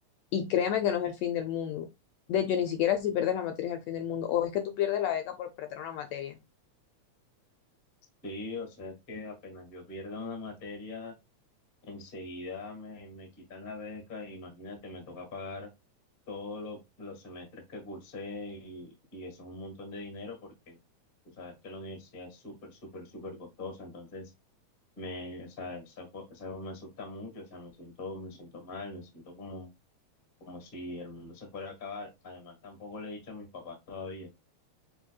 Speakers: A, on the left; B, on the left.
A: Y créeme que no es el fin del mundo. De hecho, ni siquiera si pierdes la materia es el fin del mundo. O es que tú pierdes la beca por perder una materia.
B: Sí, o sea, es que apenas yo pierdo una materia Enseguida me, me quitan la beca y imagínate, me toca pagar todos lo- los semestres que cursé y, y eso es un montón de dinero porque tú sabes que la universidad es súper, súper, súper costosa, entonces me, o sea, esa co- esa me asusta mucho, o sea, me siento, me siento mal, me siento como, como si el mundo se fuera a acabar. Además, tampoco le he dicho a mis papás todavía.